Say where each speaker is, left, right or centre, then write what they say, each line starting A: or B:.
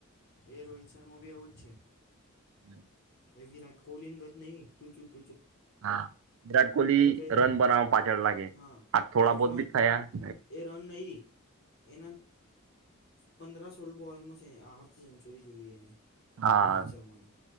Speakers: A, on the left (about 50°); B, on the right (about 65°).
A: એ રોહિત શર્મા ભી આવું જ છે.
B: હમ.
A: એ વિરાટ કોહલી ની ગત નહિં, તું ચ
B: હા, વિરાટ કોહલી
A: કે
B: રન બનાવા પાછળ લાગે,
A: હા
B: આજ થોડા
A: એ
B: બહુત
A: રન
B: ભી ખાયા.
A: એ રન નહીં, એના. પંદરા સોળ બોલમાં હાફ સેન્ચુરી જોઈએ એને,
B: હા
A: રોહિત શર્માની